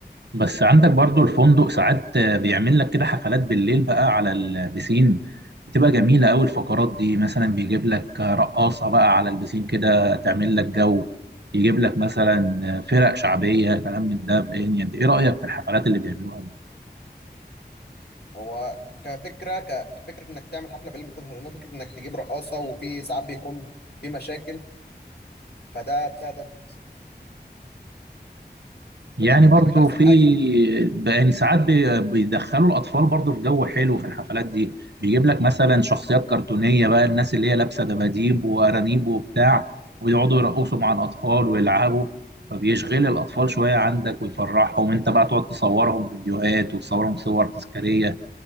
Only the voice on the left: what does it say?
هو كفكره ك- كفكره انك تعمل حفله بالليل بيكون حلو انما فكره انك تجيب رقاصه وفي ساعات بيكون في مشاكل فده بتاع ده
فده بيكون
مش احسن
حاجه